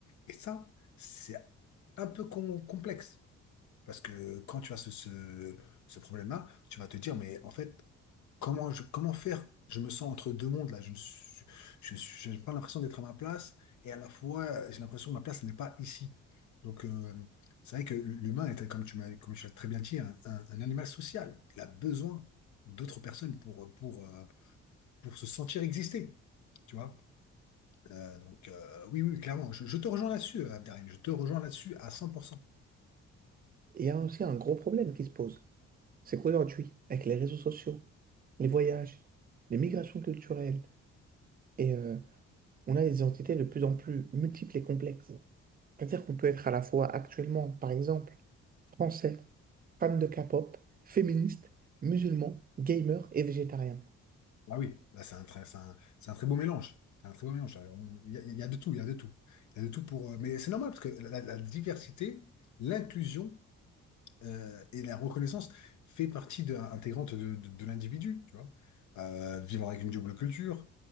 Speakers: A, on the left (about 70°); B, on the right (about 30°).
A: Et ça, c'est un peu com- complexe. Parce que quand tu as ce, ce, ce problème-là, tu vas te dire, mais en fait, comment, je, comment faire? Je me sens entre deux mondes, là. Je, ne suis- je, je- j'ai pas l'impression d'être à ma place, et à la fois, j'ai l'impression que ma place n'est pas ici. Donc, euh, c'est vrai que l'humain est, comme tu m'as, comme tu l'as très bien dit, un, un- un animal social. Il a besoin d'autres personnes pour, pour, euh, pour se sentir exister, tu vois? Euh, donc, euh, oui, oui, clairement. Je, je te rejoins là-dessus, euh, Abderrahim. Je te rejoins là-dessus à 100%.
B: Et il y a aussi un gros problème qui se pose. C'est qu'aujourd'hui, avec les réseaux sociaux, les voyages, les migrations culturelles, et euh, on a des identités de plus en plus multiples et complexes. C'est-à-dire qu'on peut être à la fois actuellement, par exemple, français, fan de K-pop, féministe, musulman, gamer et végétarien.
A: Ah oui, là, c'est un très, c'est un, c'est un très beau mélange. C'est un très beau mélange. Euh, on- Il y a, il y a de tout, il y a de tout. Il y a de tout pour. euh, Mais c'est normal parce que la, la diversité, l'inclusion, euh, et la reconnaissance fait partie de, intégrante de, de- de l'individu, tu vois. Euh, vivre avec une double culture,